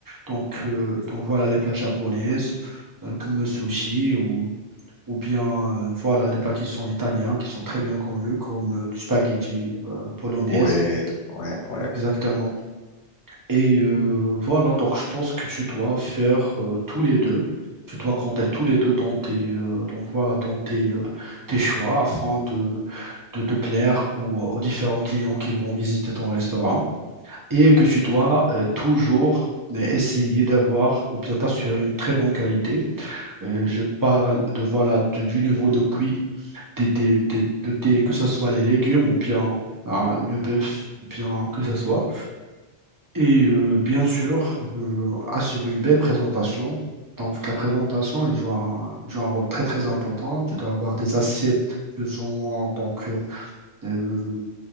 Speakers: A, on the right; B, on the left.
A: donc, euh, donc voilà les plats japonaises, euh, comme le sushi, ou, ou bien euh, voilà les plats qui sont italiens, qui sont très bien connus, comme euh, du spaghetti euh, polonaise.
B: ouais, ouais, ouais,
A: Ouais, Exactement. Et euh, voilà, donc je pense que tu dois faire euh, tous les deux. Tu dois compter tous les deux dans tes, euh, donc voilà, dans tes, euh, tes choix afin de, de, de plaire aux, aux différents clients qui vont visiter ton restaurant et que tu dois euh, toujours euh, essayer d'avoir ou bien t'assurer une très bonne qualité. Euh, je parle de, voilà, de- du niveau de cuit des, des- des- de tes- que ce soit les légumes ou bien ah, le bœuf, ou bien que ce soit. Et euh, bien sûr, euh, assurer une belle présentation. Donc la présentation, elle joue un, elle joue un rôle très très important. Tu dois avoir des assiettes plus ou moins donc, euh, euh,